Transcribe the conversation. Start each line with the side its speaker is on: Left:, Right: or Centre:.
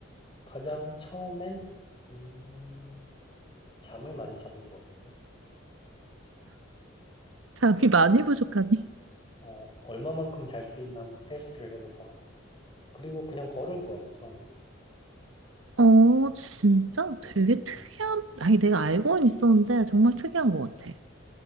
Left: 가장 처음엔 음, 잠을 많이 잡을 것 같은데.
Right: 잠이 많이 부족하니?
Left: 어, 얼마만큼 잘 수 있나 한번 테스트를 해볼 것 같아. 그리고 그냥 걸을 거야, 처음에.
Right: 어, 진짜 되게 특이한,
Left: 응,
Right: 아니, 내가 알고는 있었는데 정말 특이한 것 같아.